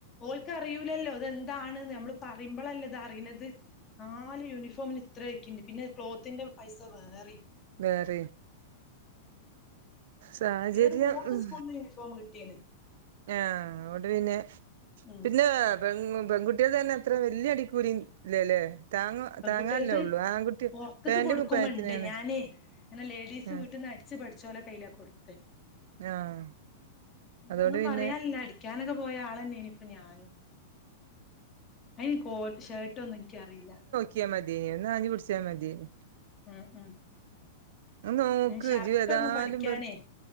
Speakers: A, on the left (about 30°); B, on the right (about 70°).
A: ഓൾക്ക് അറിയൂലല്ലോ അതെന്താണ് നമ്മള് പറയുമ്പോളല്ലേ ഇത അറിയുന്നത് നാല് യൂണിഫോമിന് ഇത്രയക്കണ്ട് പിന്നെ ക്ലോത്തിന്റെ പൈസ വേറിം
B: വേറെയും സാഹചര്യം
A: ഏതായാലും മോക്ക്
B: ഉം
A: സ്കൂൾന്ന് യൂണി ഫോം കട്ടീന്ന്.
B: ആഹ് അതോണ്ട് പിന്നെ
A: ഉം
B: പിന്നെ. പെ പെൺകുട്ടികൾ തന്നെ അത്ര വല്യ അടിക്കൂലി ഇല്ലല്ലേ. താങ്ങ
A: പെൺകുട്ടികൾത്
B: താങ്ങാനല്ലേ ഉള്ളൂ ആൺകുട്ടി
A: പൊറത്ത്ക്ക്
B: പാന്റും
A: കൊടുക്കുമ്പണ്ട്
B: കുപ്പായത്തിനാണ്
A: ഞാനേ അങ്ങനെ ലേഡീസ്
B: ഉം
A: വീട്ടിൽന്ന് അടി ടിച്ച് പഠിച്ചോലെ കയ്യില കൊടുത്ത്
B: ആഹ് അതുകൊണ്ട്
A: ഒന്നും
B: പിന്നെ
A: പറയാനില്ലടി. പടിക്കാനൊക്കെ പോയ ആളന്നെയാണ് ഇപ്പൊ ഞാനും. അയിന് കോ ഷർട്ട്ഒന്നും എനിക്കറിയില്ല.
B: ക്കാമതിയേനി ഒന്ന് ആഞ്ഞ് പുടിച്ചാ മതിയേനി.
A: ഉം ഉം
B: നോക്
A: ഷർട്ടൊന്നും
B: ജേതായാലു
A: പഠിക്കാനേ
B: വെറ്